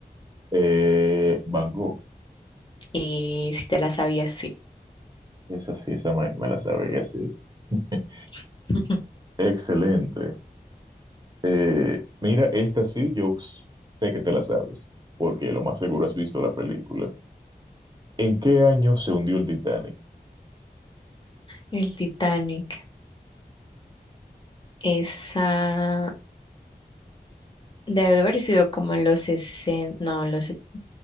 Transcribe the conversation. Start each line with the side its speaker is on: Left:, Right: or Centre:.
Right: Eh, Bangkok,
Left: Y si te la sabías, sí.
Right: esa sí, esa me, me la sabía, sí. <laughs>
Left: <laughs>
Right: Excelente. Eh, mira, esta sí, yo sé que te la sabes, porque lo más seguro has visto la película. ¿En qué año se hundió el Titanic?
Left: El Titanic. Esa. Debe haber sido como en los 60, no, en los, och-